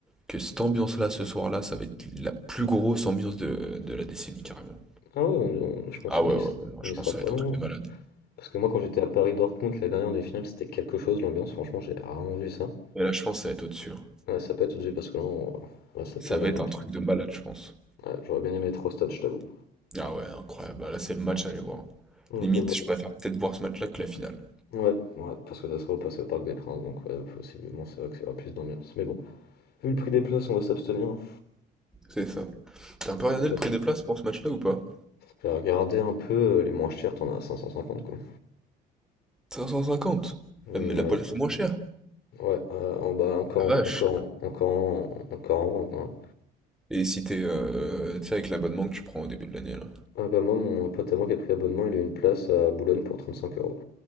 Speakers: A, in the centre; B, on the left.
A: que cette ambiance-là ce soir-là, ça va être la plus grosse ambiance de, de la décennie carrément.
B: Ah oui, on- on- je pense
A: Ah
B: qu'on
A: ouais,
B: y,
A: ouais,
B: sera-
A: ouais, non,
B: on
A: je
B: y
A: pense
B: sera
A: que ça
B: pas
A: va être
B: loin.
A: un truc de malade.
B: Parce que moi quand j'étais à Paris-Dortmund, la dernière demi-finale, c'était quelque chose l'ambiance, franchement j'ai rarement vu ça.
A: Et là, je pense que ça va être au-dessus. hein.
B: Ouais, ça peut être tout de suite parce que là, on- là, ça peut
A: Ça
B: vraiment
A: va être
B: être.
A: un truc de malade, je pense.
B: Ouais, j'aurais bien aimé être au stade, je t'avoue.
A: Ah ouais, incroyable. Bah, Là, c'est le match à aller voir.
B: Mm,
A: Limite,
B: mais bon.
A: je préfère peut-être voir ce match-là que la finale.
B: Ouais, ouais, parce que ça sera au passe au Parc des Princes, donc ouais, possiblement c'est vrai qu'il y aura plus d'ambiance. Mais bon, vu le prix des places, on va s'abstenir. hein.
A: C'est ça. T'as un peu
B: On
A: regardé
B: va pas
A: le prix
B: se-
A: des places pour ce match-là ou pas?
B: Je vais regarder un peu euh, les moins chers, t'en as à 550 quoi.
A: 550.
B: Mm,
A: La, la
B: Ouais,
A: place la moins chère.
B: Ouais, euh, en bas, encore,
A: La
B: en-
A: vache.
B: encore, en- encore, en- encore en vente. hein.
A: Et si t'es, euh, tu sais, avec l'abonnement que tu prends au début de l'année là.
B: Ah bah moi, mon pote à moi qui a pris l'abonnement, il a eu une place à Boulogne pour 35 euros.